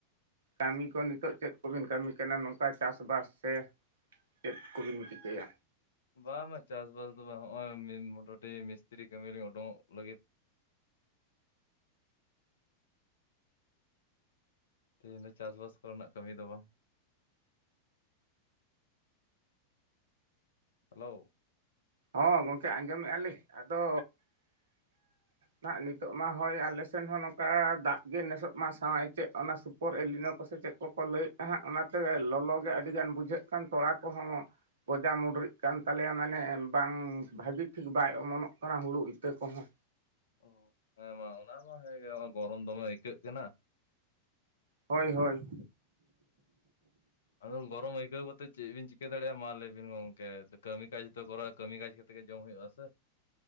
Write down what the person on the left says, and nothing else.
ᱵᱟᱝ ᱵᱟᱝ ᱪᱟᱥ ᱵᱟᱥ ᱫᱚ ᱵᱟᱝ ᱦᱚᱜ-ᱚᱭ ᱢᱚᱴᱩᱴᱤ ᱢᱤᱥᱛᱨᱤ ᱠᱟᱹᱢᱤ ᱞᱤᱧ ᱩᱰᱩᱠᱚᱜ ᱞᱟᱹᱜᱤᱫ ᱛᱮᱦᱮᱧ ᱫᱚ ᱪᱟᱥ ᱵᱟᱥ ᱠᱚᱨᱮᱱᱟᱜ ᱠᱟᱹᱢᱤ ᱫᱚ ᱵᱟᱝ ᱦᱟᱞᱳ᱾
ᱚ ᱦᱮᱸ ᱢᱟ ᱚᱱᱟ ᱢᱟ ᱦᱮᱸᱜᱮ ᱜᱚᱨᱚᱢ ᱫᱚᱢᱮ ᱟᱹᱭᱠᱟᱹᱜ ᱠᱟᱱᱟ᱾
ᱟᱫᱚ ᱜᱚᱨᱚᱢ ᱟᱹᱭᱠᱟᱹᱣ ᱠᱟᱛᱮᱫ ᱪᱮᱫ ᱵᱤᱱ ᱪᱤᱠᱟᱹ ᱫᱟᱲᱮᱭᱟᱜᱼᱟ ᱢᱟ ᱞᱟᱹᱭ ᱵᱤᱱ ᱜᱚᱝᱠᱮ ᱠᱟᱹᱢᱤ ᱠᱟᱡᱽ ᱛᱚ ᱠᱚᱨᱟᱣ ᱠᱟᱹᱢᱤ ᱠᱟᱡᱽ ᱠᱟᱛᱮ᱾ ᱛᱮᱜᱮ ᱡᱚᱢ ᱦᱩᱭᱩᱜᱼᱟ ᱥᱮ᱾